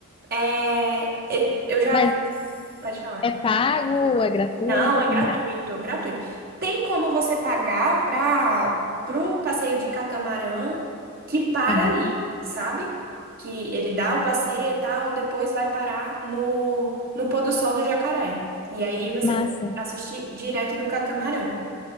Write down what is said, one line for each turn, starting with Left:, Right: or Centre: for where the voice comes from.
Right: É, e- eu já.
Left: Mas
Right: Pode falar.
Left: é pago, é gratuito,
Right: Não, é
Left: como
Right: gratuito,
Left: é?
Right: gratuito. Tem como você pagar para pro passeio de catamarã que para
Left: Aham.
Right: ali, sabe? Que ele dá o passeio e tal, e depois vai parar no, no pôr do sol do Jacaré. E aí você
Left: Massa.
Right: assistir direto do catamarã.